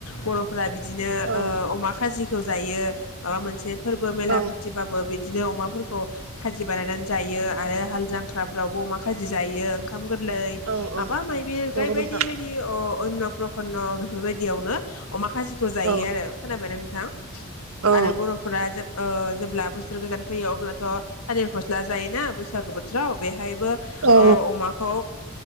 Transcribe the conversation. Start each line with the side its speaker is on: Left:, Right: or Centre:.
Left: बर'फोरा बिदिनो ओ-
Right: औ
Left: अमा खाजिखौ जायो माबा मोनसे फोरबो मेला
Right: औ
Left: फाथिबाबो बिद दिनो अमाफोरखौ खाजि बानायनानै जायो आरो हाल जां ख्राफ्रावबो अमा खाजि जायो। ओंखाम गोर लै
Right: औ
Left: माबा
Right: औ
Left: मायबि
Right: नंगौ
Left: जाय बायदि
Right: नोंथां
Left: बायदि अ अयन्न' प्रखन्न' बेफोरबायदियावनो। अमाख खााजिखौ जायो
Right: औ
Left: आरो खोनाबायना नोंथां? आरो
Right: औ
Left: बर'फोरा जोब ओ- जेब्ला बोसोर गोजान फैयो अब्लाथ' थालिर फस्ला जायोना बैसागो बोथोराव बेहाय। बो ओ
Right: औ
Left: अमाखौ